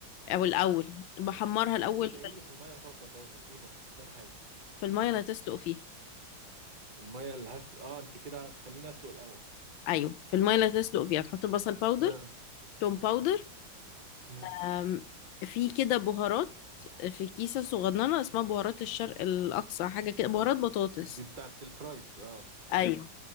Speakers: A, on the left; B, on the right.
A: او الاول بحمرها الاول
B: ايه ده ايه اللي في الميه بوصل باودر ايه ده مش فاهم حاجه
A: في المية اللي هتسلق فيها
B: الميه اللي هسلق اه انت كده هتخليني اسلق الاول
A: ايوه في المية اللي هتسلق فيها تحط بصل باودر
B: اه
A: توم باودر
B: مم.
A: أم، في كده بهارات في كيسة صغننة اسمها بهارات الشرق الأقصى حاجة كده بهارات بطاطس
B: دي بتاعت الفرايز اه ايه
A: أيوة
B: ده